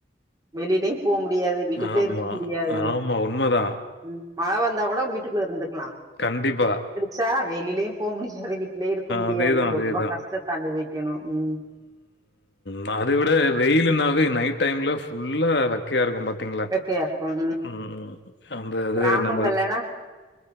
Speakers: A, on the right; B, on the left.
A: வெளிலயு போ முடியாது வீட்டுக்குள்ளயே
B: ஆமா
A: இருக்க முடியாது
B: ஆமா உண்மைதா
A: ம் மழ வந்தா கூட வீட்டுக்குள்ள இருந்துக்கிலா
B: கண்டிப்பா
A: சா வெளிலயும் போக முடியாது வீட்லயும் இருக்க முடியாது
B: அதேதான், அதேதான்.
A: ரொம்ப கஷ்டத்த அனுபவிக்கணும் ம்
B: நா அத விட வெயிலுனாவே நைட் டைம்ல ஃபுல்லா வெ க்கையா இருக்கும் பாத்தீங்களா
A: வெக்கையா இருக்கு
B: ம் ம் அந்த இது
A: கிராமங்கள்லனா
B: நம